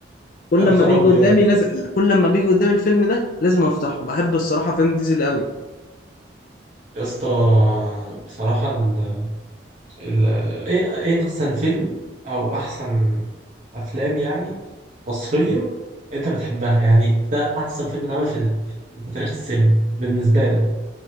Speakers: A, on the left (about 50°); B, on the right (about 40°).
A: كل
B: يا
A: لما
B: نهار
A: بيجي
B: ابيض
A: قدامي لازم كل لما بيجي قدامي الفيلم ده لازم افتحه بحب الصراحه فان ديزل قوي
B: يا اسطى بصراحة ال... ال... ايه ايه احسن فيلم او احسن افلام يعني مصرية انت بتحبها يعني ده احسن فيلم اتعمل في في تاريخ السينما بالنسبة لك